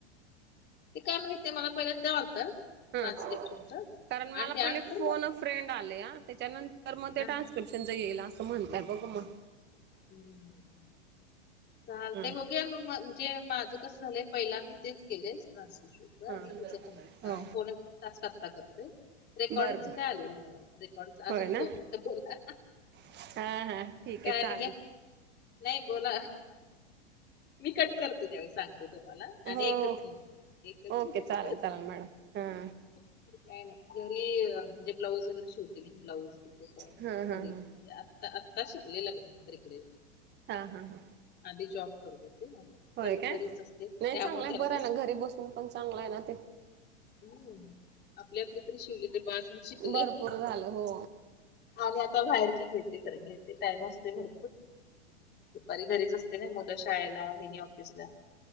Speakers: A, on the left (about 30°); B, on the right (about 30°).
A: ते काय माहिते मला पहिल्या त्यालत ट्रान्स्क्रिप्शनच
B: हा
A: आणि
B: कारण मला
A: त्यानंतर
B: पहिले फोन
A: मग!
B: फ्रेंड आले आ त्याच्यानंतर मग ते
A: हा.
B: ट्रान्स्क्रिप्शनच येईल असं म्हणतय बघु मग.
A: हम् चालते
B: ह
A: बघु या मगणजे माझ. कसं झालंय पहिला मी तेच केले ट्रान्सस्क्रीप्शन.
B: हा
A: आणि तिचं पण
B: हो
A: पणे तास करता करते. रेकॉर्डिंगचं
B: बरं
A: काय आलेलं नाही म रेकॉर्डंग
B: होय
A: अजूनही
B: ना
A: दोन मिनिटं बोला.
B: हा हा ठीक आहे
A: काय आणि
B: चालेल
A: काय. नाही बोला मी कट करते त्यावेळी सांगते तुम्हाला! आणि
B: हो
A: एकच मिनिट एकच
B: ओके
A: मिनिट.
B: चालेल चालेल मॅडम हां
A: काय नाही घरी म्हणजे ब्लाऊज वगैरे शिव ति ब्लाऊ पिको फॉल
B: हां हां हां
A: घरी म्हणजे आता आत्ता शिकलेलं नंतर इकडे!
B: हा हा हा.
A: आधी जॉब करत होते ना.
B: होय
A: तर
B: काय
A: घरीच असते
B: नाही
A: त्यामुळ
B: चांगलंय
A: मग घरात.
B: बरं आहे ना घरी बसून पण चांगलं आहे ना ते
A: हम् आपली आपली तर शिवलीने बाचण शिकले.
B: भरपूर झालं हो
A: आणि आता बाहेरची घेते खर घेते टाईम असते भर दुपारी घरीच असते ना मुलं शाळेला हेनी ऑफिसला.